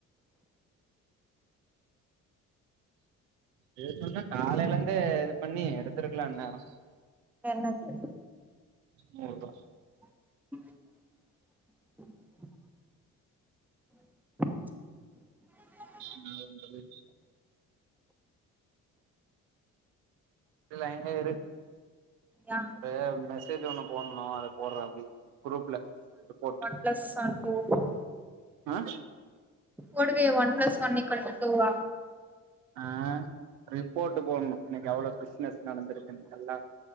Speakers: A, on the right; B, in the centre.
A: இதுக்குந்தா காலையிலேருந்தே இது பண்ணி எடுத்துருக்கலா இந்நேரோ
B: என்ன தெரியு
A: நூறுவா
B: ம் <inaudible>
A: ந உங்கது லைன்ல இரு
B: யா
A: ஒரு மெசேஜ் ஒன்னு போட்ணு அத போடுறே அப்டி குரூப்ல போட்டு
B: ப்ளஸ் <unintelligible>
A: ஆ
B: ஓடுதே one plus one equal to டூவா
A: ஆ ரிப்போர்ட்ட் போட்ணு இன்னைக்கு எவ்ளோ பிசினஸ் நடந்துருக்குக்குன்டு எல்லா